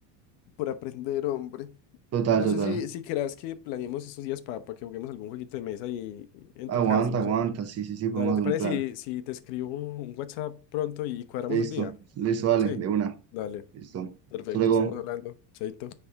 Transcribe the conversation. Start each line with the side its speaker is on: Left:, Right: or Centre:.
Left: por aprender, hombre.
Right: Total,
Left: No
Right: total.
Left: sé si, si querás que planeemos estos días para que juguemos algún jueguito de mesa y y en
Right: Aguanta,
Left: tu casa, no
Right: aguanta,
Left: sé.
Right: sí, sí, sí, podemos
Left: Dale, ¿te
Right: hacer
Left: parece
Right: un plan.
Left: si, si te escribo un WhatsApp pronto y cuadramos
Right: Listo,
Left: un día?
Right: listo, vale,
Left: Sí.
Right: de una.
Left: Dale,
Right: Listo.
Left: perfecto,
Right: Hasta luego.
Left: estamos hablando. Chaito.